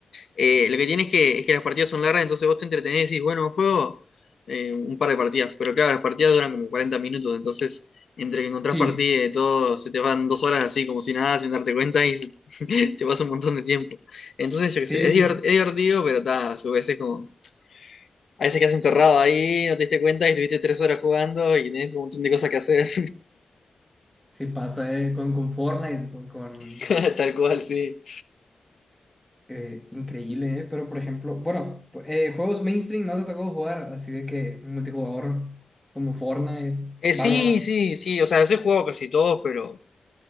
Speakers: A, on the left (about 60°); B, in the centre.
A: Eh, lo que tienes es que, es que las partidas son largas, entonces vos te entretenés y decís, bueno, juego eh, un par de partidas. Pero claro, las partidas duran como 40 minutos, entonces entre que encontrás
B: Sí,
A: partidas y de todo, se te van dos horas así como si nada, sin darte cuenta y se- <laughs> te pasa un montón de tiempo. Entonces, yo qué
B: sí,
A: sé, es, divert-
B: sí,
A: es divertido, pero ta, a su vez es como. A veces quedas encerrado ahí, no te diste cuenta y estuviste tres horas jugando y tenés un montón de cosas que hacer.
B: sí pasa, eh, Con, con Fortnite, con, con
A: <laughs> Tal cual, sí.
B: Eh, increíble, ¿eh? Pero por ejemplo, bueno, po- eh, juegos mainstream no te tocó jugar, así de que multijugador como Fortnite,
A: Eh,
B: Valorant,
A: sí, sí, sí. O sea, los he jugado casi todos, pero.